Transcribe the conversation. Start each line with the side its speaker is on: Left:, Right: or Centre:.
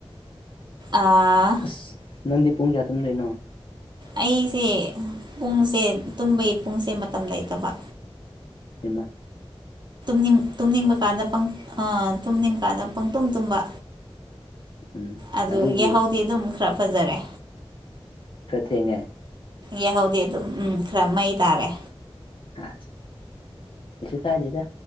Right: ꯑꯥ
Left: ꯑꯁ ꯅꯪꯗꯤ ꯄꯨꯡ ꯀꯌꯥ ꯇꯨꯝꯗꯣꯏꯅꯣ
Right: ꯑꯩꯁꯦ ꯄꯨꯡꯁꯦ ꯇꯨꯝꯕꯩ ꯄꯨꯡꯁꯦ ꯃꯇꯝ ꯂꯩꯇꯕ
Left: ꯍꯃ
Right: ꯅꯤꯡ ꯇꯨꯝꯅꯤꯡꯕ ꯀꯥꯟꯗꯥ ꯇꯨꯝꯅꯤꯡꯕ ꯀꯥꯟꯗ ꯄꯪ ꯇꯨꯝ ꯇꯨꯝꯕ
Left: ꯎꯝ
Right: ꯑꯗꯨ
Left: ꯑꯗꯨꯕꯨ
Right: ꯌꯥꯍꯧꯗꯤ ꯑꯗꯨꯝ ꯈꯔ ꯐꯖꯔꯦ
Left: ꯈꯔ ꯊꯦꯡꯉꯦ
Right: ꯌꯥꯍꯧꯗꯤ ꯑꯗꯨꯝ ꯎꯝ ꯈꯔ ꯃꯩ ꯇꯥꯔꯦ
Left: ꯍꯥ ꯀꯁꯨ ꯀꯥꯏꯗꯦꯗ